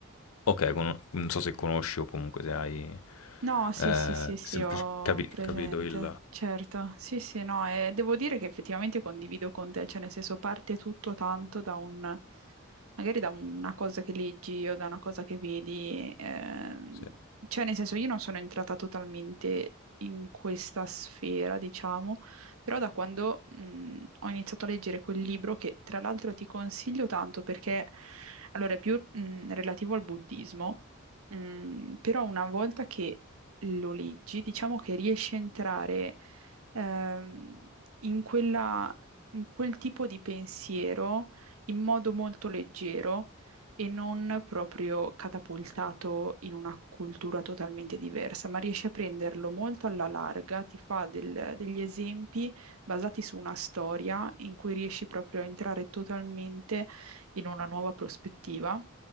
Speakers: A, on the left; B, on the right.
A: okay, cono non so se conosci o comunque se hai,
B: No, sì,
A: ehm,
B: sì, sì, sì,
A: semplic
B: ho
A: capi
B: presente,
A: capito il
B: certo. Sì, sì, no, e devo dire che effettivamente condivido con te, cioè nel senso parte tutto tanto da un, magari da una cosa che leggi o da una cosa che vedi, ehm,
A: sì.
B: cioè nel senso io non sono entrata totalmente in questa sfera, diciamo, però da quando, mh, ho iniziato a leggere quel libro che tra l'altro ti consiglio tanto perché, allora, è più, mh, relativo al buddismo. Mm, però una volta che lo leggi, diciamo che riesci a entrare ehm, in quella- in quel tipo di pensiero in modo molto leggero e non proprio catapultato in una cultura totalmente diversa, ma riesci a prenderlo molto alla larga, ti fa del- degli esempi basati su una storia in cui riesci proprio a entrare totalmente in una nuova prospettiva.